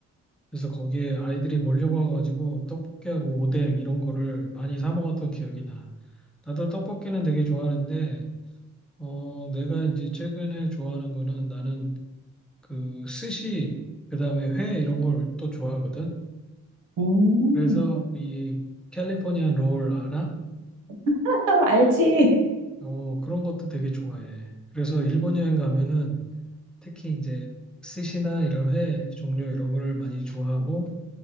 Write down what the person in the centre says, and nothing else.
그래서 거기에 아이들이 몰려와가지고 떡볶이하고 오뎅 이런 거를 많이 사 먹었던 기억이 나. 나도 떡볶이는 되게 좋아하는데, 어, 내가 이제 최근에 좋아하는 거는 나는 그 스시, 그다음에 회 이런 걸 또 좋아하거든.
그래서 이 캘리포니아 롤 알아?
어, 그런 것도 되게 좋아해. 그래서 일본 여행 가면은 특히 이제 스시나 이런 회 종류 이런 걸 많이 좋아하고